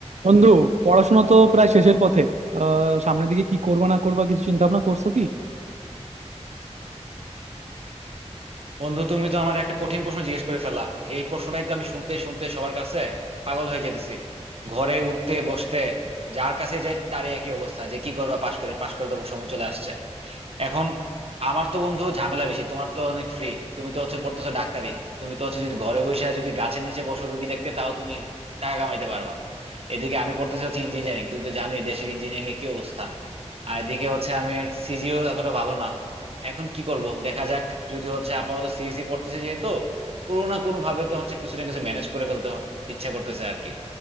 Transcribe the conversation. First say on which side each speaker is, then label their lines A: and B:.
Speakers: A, on the right; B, on the right.
A: বন্ধু পড়াশোনা তো প্রায় শেষের পথে আহ সামনের দিকে কি করবা না করবা কিছু চিন্তা ভাবনা করছো কি
B: বন্ধু তুমি তো আমার একটা কঠিন প্রশ্ন জিজ্ঞেস করে ফেলা এই প্রশ্নটাই তো আমি শুনতে শুনতে সবার কাছে পাগল হয়ে যেতেছি ঘরে উঠতে বসতে যার কাছে যাই তারই একই অবস্থা যে কি করবা পাশ করে পাশ করে তো সময় চলে আসছে এখন আমার তো বন্ধু ঝামেলা বেশি তোমার তো অনেক ফ্রি তুমি তো হচ্ছে পড়তেছো ডাক্তারি তুমি তো হচ্ছে যদি ঘরে বসে আর যদি গাছের নিচে বসো রুগী দেখতে তাও তুমি টাকা কামাইতে পারবা এদিকে আমি পড়তেছি হচ্ছে ইঞ্জিনিয়ারিং তুমি তো জানোই দেশের ইঞ্জিনিয়ারিং এর কি অবস্থা আর এদিকে হচ্ছে আমি সিজিও এতটা ভালো না এখন কি করব দেখা যাক যদি হচ্ছে আপাতত সিএসি পড়তেছে যেহেতু কোনো না কোনো ভাবে তো হচ্ছে কিছু না কিছু ম্যানেজ করে ফেলতে হ- ইচ্ছা করতেছে আর কি